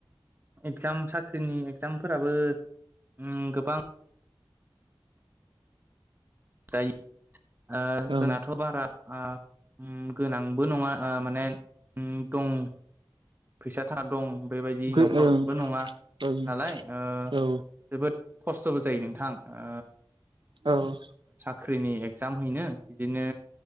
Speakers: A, on the right; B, on the right.
A: एकजाम साख्रिनि एकजामफोराबो ओ गोबां जायो। ओ जोंनाथ'
B: ओं
A: बारा। आ उम गोनांबो नङा ओ माने उम दं। फैसा थाखा दं। बेबायदि
B: गो
A: न'खरबो
B: ओं
A: नङा
B: ओं
A: नालाय ओ
B: औ
A: जोबोद खस्थ'बो जायो नोंथां। ओ।
B: औ।
A: ख्रिनि एग्जाम हैनो बिनो